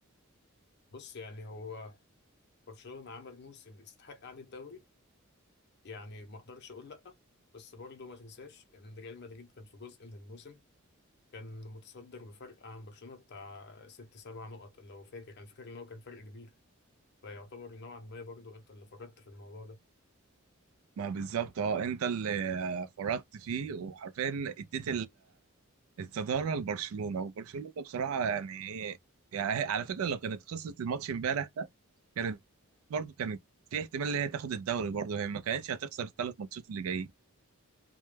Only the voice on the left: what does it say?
بص يعني هو برشلونة عمل موسم يستحق قعدة الدوري يعني ما أقدرش أقول لأ بس برضه ما تنساش إن ريال مدريد كان في جزء من الموسم كان متصدر بفرق عن برشلونة بتاع ست سبع نقط لو فاكر أنا فاكر إن هو كان فرق كبير فيعتبر نوعا ما برضه أنت اللي فرطت في الموضوع ده